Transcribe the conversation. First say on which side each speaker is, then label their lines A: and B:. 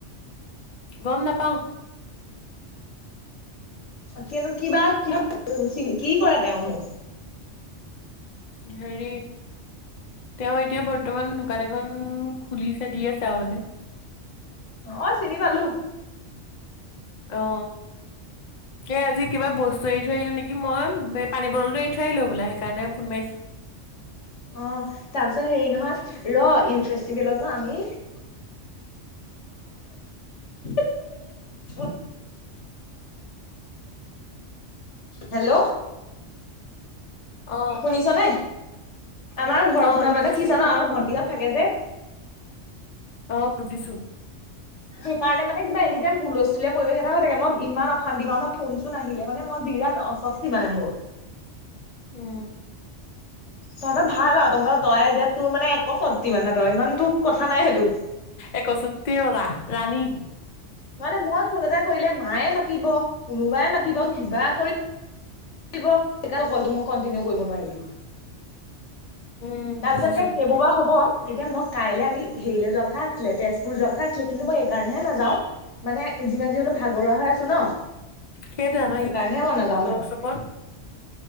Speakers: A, on the left (about 40°); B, on the left (about 75°).
A: গম নাপাওঁ।
B: কিনো কিবা - কিবা <unintelligible> কি কৰে তেওঁনো?
A: হেৰি তেওঁ এতিয়া বৰ্তমান দোকান এখন খুলিছে- দি আছে আৰু মানে।
B: অ' চিনি পালোঁ।
A: অ' সেই আজি কিবা বস্তু এৰি থৈ আহিলোঁ নে কি মই পানী বটলটো এৰি থৈ আহিলোঁ বোলে। সেইকাৰণে ফোন মাৰিছোঁ।
B: অ' তাৰপিছত হেৰি নহয়, ৰ' ইউথ ফেষ্টিভেলত ন' আমি <unintelligible> অ <inaudible> হেল্ল'?
A: অ',
B: শুনিছ' নে? আমাৰ ঘৰখনত
A: অ', ইউথ
B: মানে
A: ফেষ্টিভেলত
B: কি জান'? আমাৰ
A: আমি শুনিলো
B: ভন্টিহত থাকে যে
A: অ' বুজিছোঁ।
B: সেইকাৰণে মানে কিবা এনি টাইম হুলস্থুলীয়া পৰিৱেশ এটা হৈ থাকে। মই ইমান অশান্তি পাওঁ ন', ফোন-চোন আহিলে। মানে মই বিৰাট অসস্তি মানে মোৰ।
A: উম
B: তহঁতৰ ভাল আৰু। তহঁতৰ তই এতিয়া তোৰ মানে এক স্বত্বি মানে, তই ইমানতো কথা নাই সেইটো।
A: একষষ্ঠি ৰজা ৰাণী
B: মানে মই ফোন এটা কৰিলে মায়ে মাতিব। কোনোবাই মাতিব, কিবা কৰি থাকিব। সেইকাৰণে কলটো মই কন্টিনিউ কৰিব নোৱাৰিলোঁ।
A: উম
B: তাৰ
A: বুজিছো।
B: পিছতো যে সেইবোৰ বাৰু হ'ব এতিয়া ম কাইলে আমি
A: উম,
B: হেৰিলৈ যোৱা কথা আছিলে, তেজপুৰ যোৱা কথা আছিলে। কিন্তু মই এইকাৰণেহে নাযাওঁ, মানে যিমান
A: উম,
B: যি হ'লো ভাগৰুৱা হৈ আছোঁ ন',
A: সেইটোৱে আমাৰ
B: সেইকাৰণেহে
A: এইখিনি
B: মই নাযাওঁ
A: ৱৰ্কশ্বপত
B: মানে।